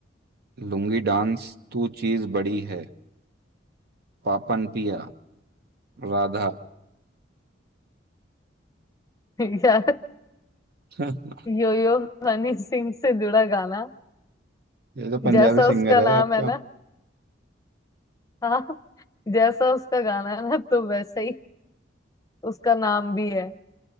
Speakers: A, on the right (about 55°); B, on the left (about 20°).
A: लुंगी डांस तू चीज बड़ी है पापन पिया राधा
B: <laughs> यार
A: <laughs>
B: यो यो हनी सिंह से जुड़ा गाना
A: ये तो पंजाबी
B: जैसा उसका
A: सिंगर है
B: नाम
A: आपका
B: है ना हाँ जैसा उसका गाना है ना तो वैसा ही उसका नाम भी है